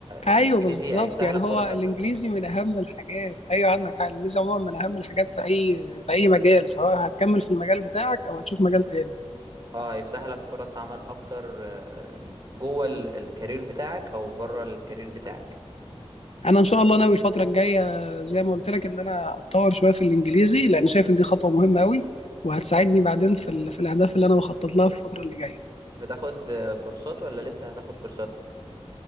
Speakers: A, on the left (about 80°); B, on the right (about 45°).
A: ايوه
B: الانجليزي
A: بالظبط
B: هيفتح
A: يعني
B: لك
A: هو
B: فرص اكتر
A: الانجليزي من اهم الحاجات ايوه عندك حق الانجليزي عموما من اهم الحاجات في اي في اي مجال سواء هتكمل في المجال بتاعك او هتشوف مجال تاني
B: اه هيفتح لك فرص عمل اكتر آه، جوه ال- الكارير بتاعك او بره الكارير بتاعك
A: انا ان شاء الله ناوي الفتره الجايه زي ما قلت لك ان انا اتطور شويه في الانجليزي لان شايف ان دي خطوه مهمه قوي وهتساعدني بعدين في ال... في الاهداف اللي انا بخطط لها في الفتره اللي جايه
B: بتاخد آه، كورسات ولا لسه هتاخد كورسات